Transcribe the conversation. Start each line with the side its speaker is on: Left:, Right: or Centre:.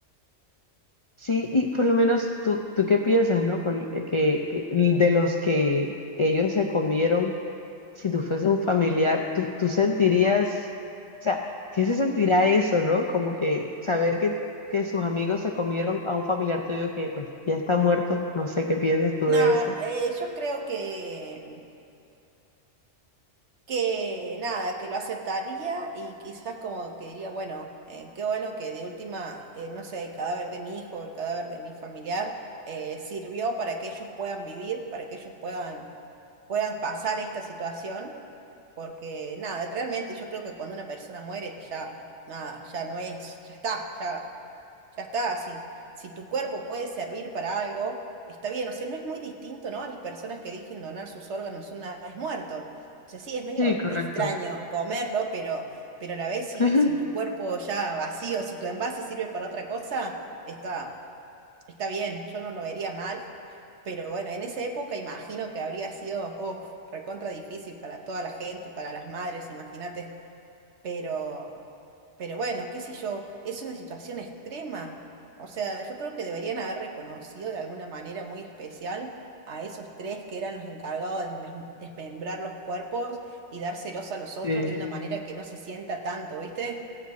Left: Sí, y por lo menos tú, tú qué piensas, ¿no? Por- eh, que, que de los que ellos se comieron, si tú fuese un familiar, tú, tú sentirías, o sea, ¿qué se sentirá eso, ¿no? Como que saber que, que sus amigos se comieron a un familiar tuyo que pues ya está muerto, no sé qué piensas tú
Right: No,
Left: de eso.
Right: eh, yo creo que, que nada, que lo aceptaría y quizás como que diría, bueno, eh, qué bueno que de última, eh, no sé, el cadáver de mi hijo, el cadáver de mi familiar, eh, sirvió para que ellos puedan vivir, para que ellos puedan, puedan pasar esta situación, porque nada, realmente yo creo que cuando una persona muere ya, nada, ya no es, ya está, ya ya está, si, si tu cuerpo puede servir para algo, está bien. O sea, no es muy distinto, ¿no? A las personas que eligen donar sus órganos una vez muerto. O sea, sí, es medio
Left: Sí, correcto.
Right: extraño comerlo, pero, pero a la vez si,
Left: <laughs>
Right: si tu cuerpo ya vacío, si tu envase sirve para otra cosa, está, está bien. Yo no lo vería mal. Pero bueno, en esa época imagino que habría sido, uf, recontra difícil para toda la gente, para las madres, imagínate. Pero, pero bueno, qué sé yo, es una situación extrema. O sea, yo creo que deberían haber reconocido de alguna manera muy especial a esos tres que eran los encargados de desmem- desmembrar los cuerpos y dárselos a los otros
Left: Sí.
Right: de una manera que no se sienta tanto, ¿viste?